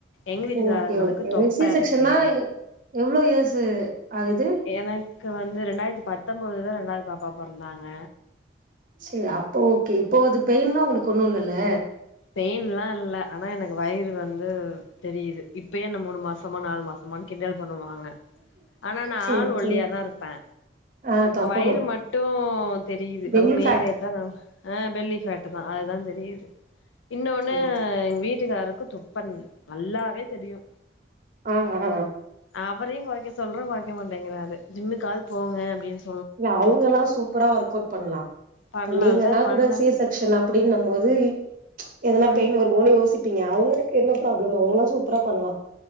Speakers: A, on the left; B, on the right.
A: எங்க வீட்டு
B: ஓகே
A: காாரங்களுக்கு
B: ஓகே
A: தொப்ப
B: சி செக்ஷன்னா
A: இருக்கு
B: எவ்ளோ யேஸு ஆகுது
A: எனக்கு வந்து ரெண்டாய்ர்த்தி பத்தொம்பதுல ரெண்டாவது பாப்பா பொறந்தாங்க
B: சே அப்போ ஓகே இப்போ அது பெயின்லா உங்களுக்கு ஒண்ணு இல்லல்ல
A: பெயின்லா இல்ல ஆனா எனக்கு வயிறு வந்து தெரியிது இப்பயே என்ன மூணு மாசமா நாலு மாசமான் கிண்டல் பண்ணுவாங்க ஆனா நா
B: சேரி
A: ஆள் ஒல்லியாதா
B: சேரி
A: இருப்பே
B: ஆ தொப்ப
A: வயிறு மட்டு தெரியிது
B: பெல்லி
A: அதுவு மேவேதா
B: ஃபேட்
A: ஆ பெல்லி கரட்டுதா அதுதா தெரியிது இன்னொன்னு
B: சேரி
A: எங் வீட்டுக்காருக்கு தொப்ப நல்லாவே தெரியு
B: அ அ அ
A: அவரையு கொறைக்க சொல்றே கொறைக்க மாட்டேங்கிறாரு ஜிம்முக்காது போங்க அப்டின்
B: இல்ல அவங்கெல்லா சூப்பரா ஒர்க் அவுட் பண்லா
A: பண்லால்ல
B: இப்ப நீங்கனா
A: பண்ணவே
B: கூட சி செக்சன் அப்படின்னுமோது எதனா
A: ம்
B: பெயின் வருமோனு யோசிப்பீங்க அவுங்களுக்கு என்ன ப்ராப்ளம் அவுங்லா சூப்பரா பண்லா